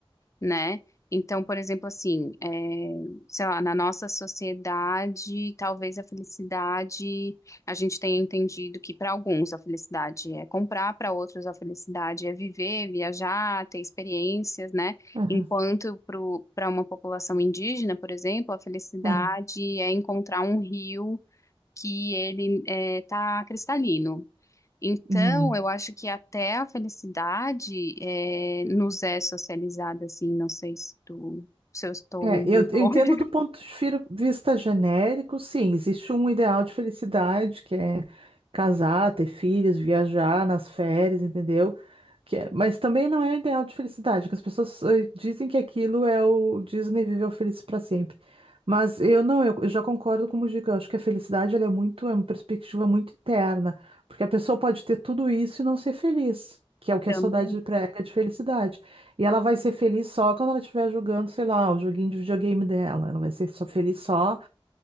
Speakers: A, on the left (about 30°); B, on the right (about 65°).
A: né? Então, por exemplo, assim, é, sei lá, na nossa sociedade, talvez a felicidade, a gente tenha entendido que para alguns a felicidade é comprar, para outros a felicidade é viver, viajar, ter experiências, né?
B: aham,
A: Enquanto para uma população indígena, por exemplo, a felicidade
B: aham.
A: é encontrar um rio que ele está cristalino. Então,
B: Uhum.
A: eu acho que até a felicidade eh, nos é socializada, assim, não sei se tu, se eu estou
B: É,
A: indo
B: eu
A: muito
B: eu
A: <laughs> longe
B: entendo do ponto de fir- vista genérico, sim, existe um ideal de felicidade, que é casar, ter filhos, viajar nas férias, entendeu? Que é- mas também não é ideal de felicidade, que as pessoas eh, dizem que aquilo é o Disney viveu feliz para sempre. Mas eu não, eu, eu já concordo com o Mujica, eu acho que a felicidade ela é muito, é uma perspectiva muito interna, porque a pessoa pode ter tudo isso e não ser feliz, que é o que
A: também.
B: a saudade prega de felicidade. E ela vai ser feliz só quando ela estiver jogando, sei lá, o joguinho de videogame dela. Ela vai ser só feliz só.